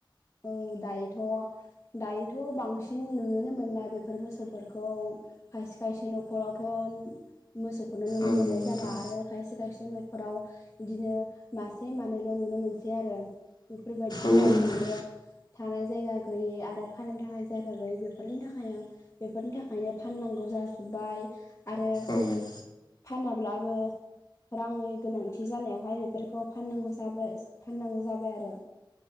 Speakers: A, on the left (about 35°); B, on the left (about 55°).
A: औ दायोथ' दायोथ' बांसिन नुनोनो मोनला बेफोर मोसौफोरखौ खायसे खायसे न'खरावथन मोसौखौनो नुनो
B: औ
A: मोननाय जाला
B: नोंथां
A: आरो खायसे खायसे न'खराव बिदिनो मासे मानैल' नुनो मोनसै आरो बेफोरबायदिनि
B: औ
A: जाहोनावनो
B: औ नोंथां
A: थानाय जायगा गैयि आरो खानो थाखाय जायगा गैयि बेफोरनि थाखायनो बेफोरनि थाखायनो फाननांगौ जाजोब्बाय आरो
B: औ औ
A: फानाब्लाबो रांनि गोनांथि जानायावहाय बेफोरखौ फाननांगौ जाबाय फाननांगौ जाबाय आरो